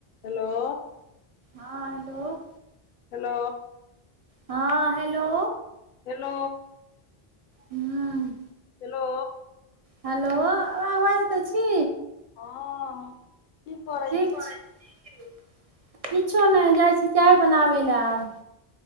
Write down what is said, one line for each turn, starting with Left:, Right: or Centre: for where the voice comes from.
Left: Hello
Right: हँ hello
Left: hello
Right: हँ hello
Left: hello
Right: हूँ
Left: हेलो
Right: हेलो आ <unintelligible> बाजैतऽ छी
Left: हँ की करै
Right: ठीक छी किछो नहि जाइ छी चाय बनाबै लए आब